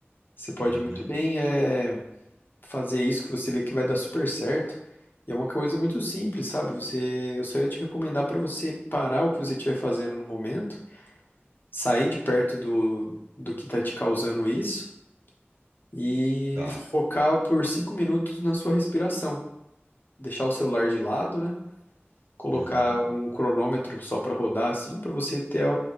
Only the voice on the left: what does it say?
Você pode
muito bem é, fazer isso que você vê que vai dar super certo. E é uma coisa muito simples, sabe? Você, eu só ia te recomendar para você parar o que você estiver fazendo no momento, sair de perto do, do que está te causando isso e
focar por cinco minutos na sua respiração. deixar o celular de lado, né? Colocar
um cronômetro só para rodar assim, para você ter a,